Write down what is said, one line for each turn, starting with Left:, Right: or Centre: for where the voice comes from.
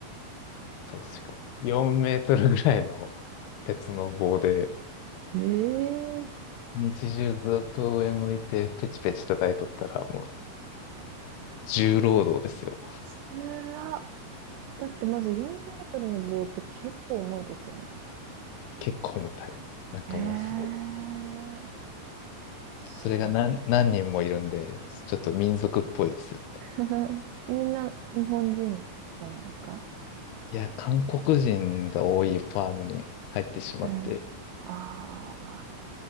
Left: そう、しかも4メートルぐらいの鉄の棒で、
Right: ええ
Left: 日中ずっと上向いてペチペチ叩いとったらもう重労働ですよ。
Right: ー、つら。だってまず4メートルの棒って結構重いですよね。
Left: 結構重たい。なんかもうすごい。
Right: へえ。そう
Left: それが何、何人もいるんで、ちょっと民族っぽいですよね。
Right: <laughs> みんな日本人なんですか
Left: いや、韓国人が多いファームに入ってしまって、
Right: へえ。ああ。